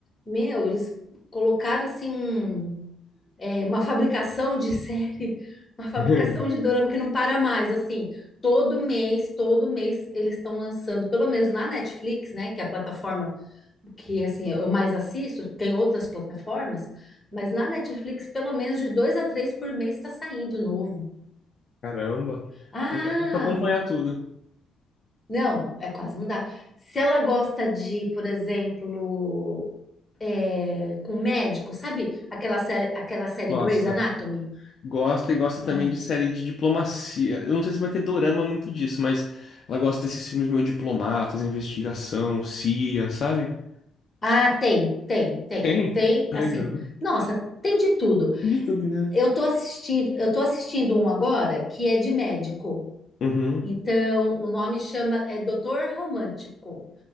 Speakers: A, on the left (about 20°); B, on the left (about 55°).
A: meu, eles colocaram, assim, um, é, uma fabricação de série, <laughs> uma fabricação
B: <laughs>
A: de dorama que não para mais, assim. Todo mês, todo mês, eles estão lançando, pelo menos na Netflix, né, que é a plataforma que assim eu mais assisto, tem outras plataformas, mas na Netflix pelo menos de dois a três por mês está saindo novo.
B: Caramba.
A: Ah,
B: Não dá nem pra acompanhar tudo.
A: não, é quase não dá. Se ela gosta de, por exemplo, é, com médico, sabe aquela série, aquela série
B: Gosto.
A: Grey's Anatomy?
B: Gosta e gosta também
A: Ai.
B: de série de diplomacia. Eu não sei se vai ter dorama muito disso, mas ela gosta desses filmes meio diplomatas, investigação, CIA, sabe?
A: Ah, tem, tem, tem,
B: Tem.
A: tem,
B: Legal.
A: assim, nossa, tem de tudo.
B: De tudo, né?
A: Eu tô assistindo, eu tô assistindo um agora que é de médico.
B: Uhum.
A: Então, o nome chama é Doutor Romântico.